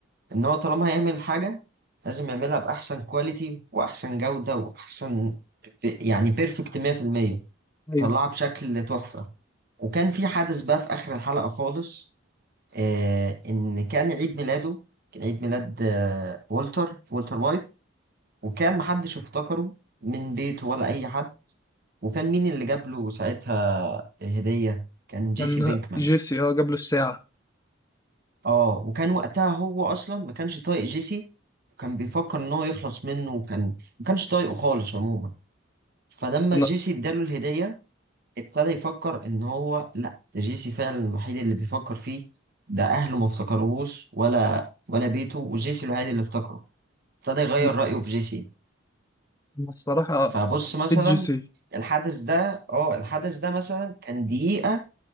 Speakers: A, on the right; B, on the left.
A: إن هو طالما هيعمل حاجة لازم يعملها بأحسن كواليتي وأحسن جودة وأحسن يعني بيرفكت 100% يطلعها
B: ايوه
A: بشكل تحفة وكان في حدث بقى في آخر الحلقة خالص آه إن كان عيد ميلاده كان عيد ميلاد آه والتر والتر وايت وكان محدش افتكره من بيته ولا أي حد وكان مين اللي جاب له ساعتها هدية كان جيسي
B: كان
A: بينكمان
B: جيسي اه جاب له الساعه
A: اه وكان وقتها هو اصلا ما كانش طايق جيسي وكان بيفكر ان هو يخلص منه وكان ما كانش طايقه خالص عموما فلما
B: انا
A: جيسي اداله الهدية ابتدى يفكر ان هو لا ده جيسي فعلا الوحيد اللي بيفكر فيه ده اهله ما افتكروهوش ولا ولا بيته وجيسي الوحيد اللي افتكره ابتدى يغير
B: انا
A: رأيه في جيسي
B: أنا الصراحه
A: فبص مثلا
B: حبيت جيسي
A: الحدث ده اه الحدث ده مثلا كان دقيقة